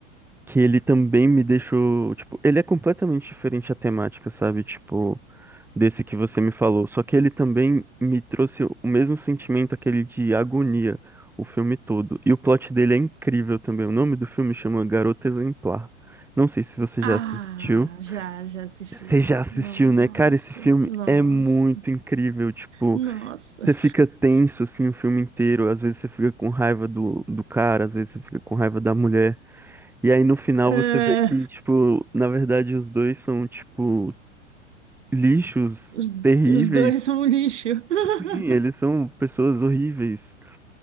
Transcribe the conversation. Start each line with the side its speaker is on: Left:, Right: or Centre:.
Centre: que ele também me deixou, tipo, ele é completamente diferente a temática, sabe? Tipo, desse que você me falou. Só que ele também me trouxe o mesmo sentimento, aquele de agonia, o filme todo. E o plot dele é incrível também. O nome do filme chama Garota Exemplar. Não sei se você
Right: Ah,
Centre: já assistiu.
Right: já, já assisti.
Centre: Você já assistiu,
Right: Nossa,
Centre: né? Cara, esse filme
Right: nossa.
Centre: é muito incrível. Tipo,
Right: Nossa.
Centre: você
Right: <laughs>
Centre: fica tenso assim o filme inteiro. Às vezes você fica com raiva do, do cara, às vezes você fica com raiva da mulher. E aí no final
Right: É,
Centre: você vê que, tipo, na verdade os dois são, tipo, lixos
Right: os,
Centre: terríveis.
Right: os dois <laughs> são um lixo. <laughs>
Centre: Sim, eles são pessoas horríveis